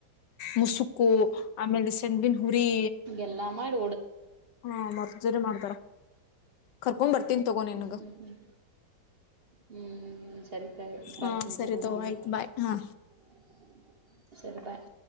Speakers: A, on the left; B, on the right.
A: ಮುಸುಕು ಆಮೇಲೆ ಸೆಣ್ಣಬನ್ ಹುರಿ
B: ಎಲ್ಲ ಮಾಡ
A: ಹಾ ಮರ್ಜರಿ ಮಾಡ್ತಾರ ಕರ್ಕೊಂಡ್ ಬರ್ತೀನ್ ತಗೋ ನಿನ್ಗ
B: ಹ್ಮ್ ಹ್ಮ್ ಹ್ಮ್ ಹ್ಮ್ ಸರಿ ಸರಿ
A: ಹಾ
B: ಬರ್ಕ
A: ಸರಿ
B: ತಗ
A: ತಗೋ
B: ನಾನು
A: ಆಯ್ತ್ ಬಾಯ್ ಹಾ.
B: <inaudible> ಸರಿ ಬಾಯ್